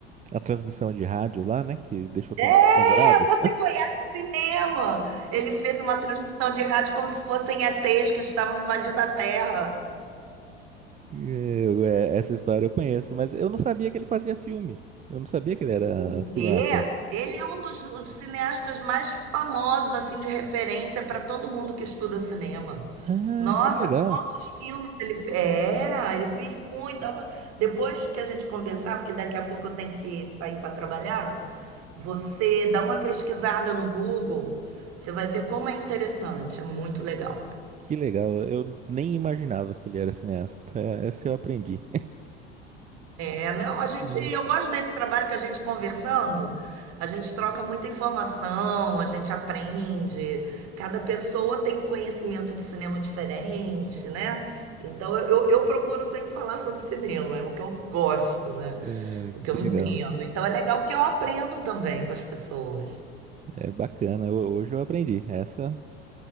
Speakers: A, on the right; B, on the right.
A: a transmissão de rádio lá, né? Que deixou
B: É,
A: todo mundo apavorado.
B: você conhece cinema! Ele fez uma transmissão de rádio como se fossem ETs que estavam invadindo a Terra.
A: Eu, é, essa história eu conheço, mas eu não sabia que ele fazia filme. Eu não sabia que ele era
B: O
A: cineasta.
B: quê? Ele é um dos um dos cineastas mais famosos, assim, de referência para todo mundo que estuda cinema.
A: Ah,
B: Nossa,
A: que legal.
B: quantos filmes ele fez? É, ele fez muito. Dá uma- Depois que a gente conversar, porque daqui a pouco eu tenho que sair para trabalhar, você dá uma pesquisada no Google, você vai ver como é interessante, é muito legal.
A: Que legal. Eu nem imaginava que ele era cineasta. É, essa eu aprendi.
B: É, não, a gente,
A: Hum.
B: eu gosto desse trabalho que a gente conversando, a gente troca muita informação, a gente aprende, cada pessoa tem um conhecimento de cinema diferente, né? Então eu, eu eu procuro sempre falar sobre cinema, é o que eu gosto, né?
A: É,
B: O que
A: que
B: eu
A: legal.
B: entendo. Então é legal porque eu aprendo também com as pessoas.
A: É bacana. Eu- hoje eu aprendi. Essa,